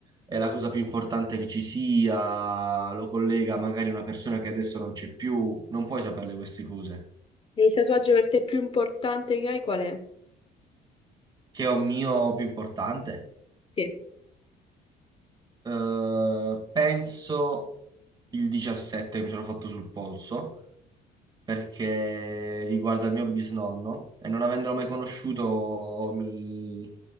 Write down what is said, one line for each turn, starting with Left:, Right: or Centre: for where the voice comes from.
Right: è la cosa più importante che ci sia, lo collega magari a una persona che adesso non c'è più, non puoi saperle queste cose.
Left: E il tatuaggio per te più importante che hai qual è?
Right: Che è un mio più importante?
Left: Sì.
Right: Eh, penso il 17 mi sono fatto sul polso perché riguarda il mio bisnonno e non avendolo mai conosciuto mi,